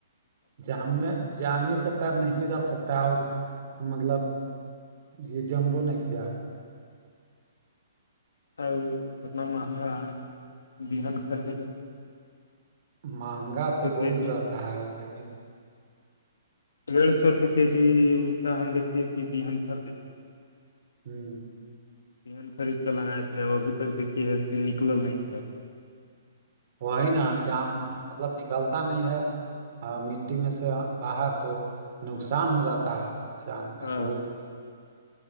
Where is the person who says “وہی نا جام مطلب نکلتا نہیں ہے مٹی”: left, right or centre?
Right